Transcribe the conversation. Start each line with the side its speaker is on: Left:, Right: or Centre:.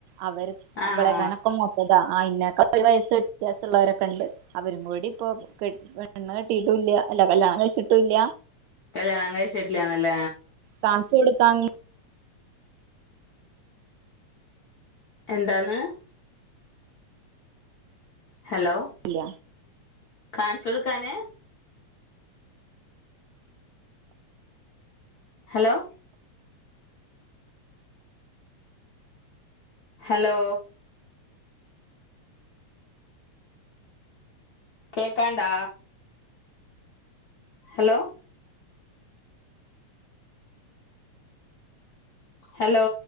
Right: അവര്
Left: ആണോ
Right: വളെക്കാനൊക്കെ മൂത്തതാ ആ ഇന്ന ഒരു വയസ് വ്യത്യാസള്ളോര് ഒക്കെ ണ്ട് അവരും കൂടി ഇപ്പോ പെണ്ണ് കെട്ടീട്ടൂല്ല അല്ല കല്ല്യാണം കഴിച്ചിട്ടുംല്ല
Left: കല്ല്യാണം കഴിച്ചിട്ടില്ല നല്ല
Right: താണ് ചൂടു താങ്ങ്
Left: എന്താന്ന് ഹലോ
Right: ഇല്ല
Left: കാണിച്ചൊടുക്കാൻ ഹലോ ഹലോ കേക്കാണ്ടാ ഹലോ ഹലോ